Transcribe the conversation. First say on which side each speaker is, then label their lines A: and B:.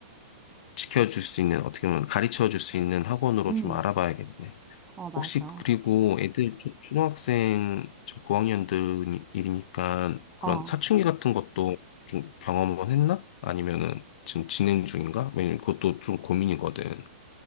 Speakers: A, on the left; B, on the right.
A: 지켜줄 수 있는, 어떻게 보면 가르쳐 줄 수 있는 학원으로
B: 음,
A: 좀 알아봐야겠네.
B: 어, 맞아.
A: 혹시 그리고 애들 초- 초등학생 지금 고학년들이니까 그런
B: 어,
A: 사춘기 같은 것도 좀 경험은 했나? 아니면은 지금 진행 중인가? 왜냐면 그것도 좀 고민이거든.